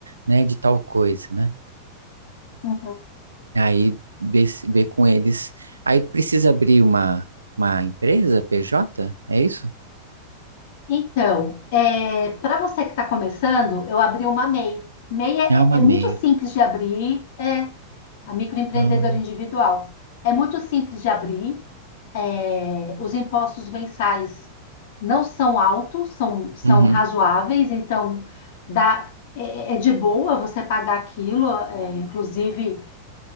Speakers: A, on the right; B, on the left.
A: né? De tal coisa, né?
B: Uhum.
A: Aí ver, se- ver com eles. Aí precisa abrir uma, uma empresa, PJ? É isso?
B: Então, para você que está começando, eu abri uma MEI. MEI é,
A: É uma
B: é- é
A: MEI.
B: muito simples de abrir, é, a microempreendedora
A: Ah,
B: individual. É muito simples de abrir, é, os impostos mensais não são altos, são, são
A: uhum.
B: razoáveis, então dá, é, é de boa você pagar aquilo, é, inclusive